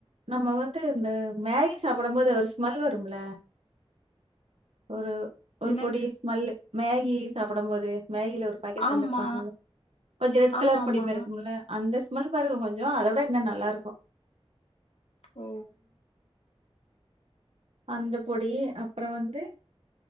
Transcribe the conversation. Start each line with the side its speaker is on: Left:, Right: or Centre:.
Right: நம்ம வந்து இந்த மேகி சாப்டோம்போது ஒரு ஸ்மெல் வரும்ல ஒரு ஒரு
Left: என்னங்
Right: பொடி
Left: ஸ்
Right: ஸ்மல்லு மேகி டீ சாப்புடும் போது மேகில ஒரு பாக்கெட்
Left: ஆமா.
Right: தந்திருப்பாங்கள்ள கொஞ்சோ ரெட்
Left: ஆமாமா.
Right: கலர் பொடிபெருக்கும்ல அந்தஸ் முல் பருகு கொஞ்ச அத விட இன்னு நல்லா இருக்கு
Left: ஓ
Right: அந்த பொடி அப்றம் வந்து